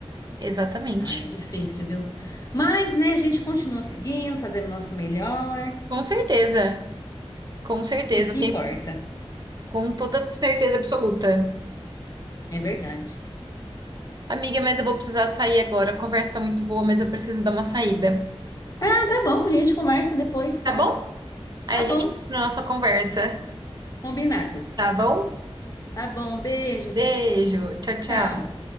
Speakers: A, on the right; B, on the left.
A: Exatamente.
B: Ai, é difícil, viu? Mas, né, a gente continua seguindo, fazendo o nosso melhor.
A: Com certeza, com certeza,
B: Isso que
A: sempre,
B: importa.
A: com toda certeza absoluta.
B: É verdade.
A: Amiga, mas eu vou precisar sair agora. A conversa tá muito boa, mas eu preciso dar uma saída.
B: Ah, tá bom. A gente conversa depois, claro.
A: Tá bom? Aí
B: Tá bom.
A: a gente continua a nossa conversa,
B: Combinado.
A: tá bom?
B: Tá bom. Beijo.
A: Beijo, tchau,
B: Tchau.
A: tchau.